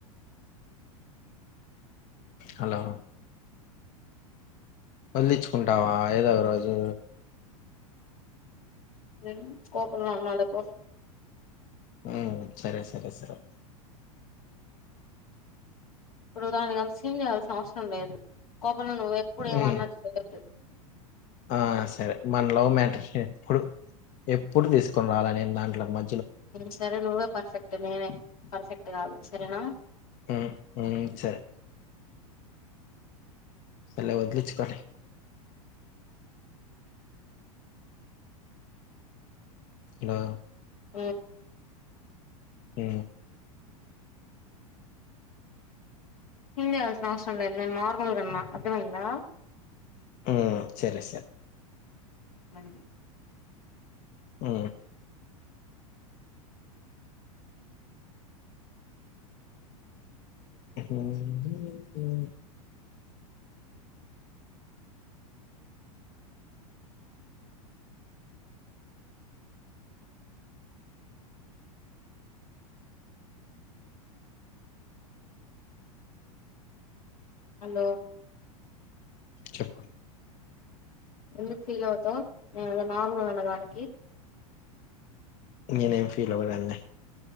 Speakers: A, on the left; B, on the left.
A: హలో వదిలిచ్చుకుంటావా ఏదో ఒక రోజు
B: ఉ కోపడ నాకు
A: ఉ సరే సరే సరే
B: ఇప్పుడు దానికి అంత సీమ్ చేయాల్సిన అవసరం లేదు కోపలు నువ్వు ఎప్పుడు ఏమన్నట్టు
A: ఉమ్
B: చేయ్యద్దు
A: ఆ సరే మన లవ్ మ్యాటేజ్ ఎప్పుడు ఎప్పుడు తీసుకుని రాలని దాంట్లకు మ
B: సర నువ్వే పర్ఫెక్ట్ మేనే పర్ఫెక్ట్ కాదు సరేనా
A: ఉ ఉ సరే అల వదిలిచుకోండి హలో
B: ఉ
A: ఉ
B: క్లీన్ చేయాల్సిన అవసరం ఉ లేదు నేను నార్మల్ కన్నా అర్థమైందా
A: ఉ సరే స
B: మనం
A: ఆ ఉమ్,
B: హలో
A: చెప్పు
B: ఎందుకు ఫీల్ అవుతావు నేను నార్మల్ అన్నదానికి
A: నేనేం ఫీల్ అవ్వలేదులే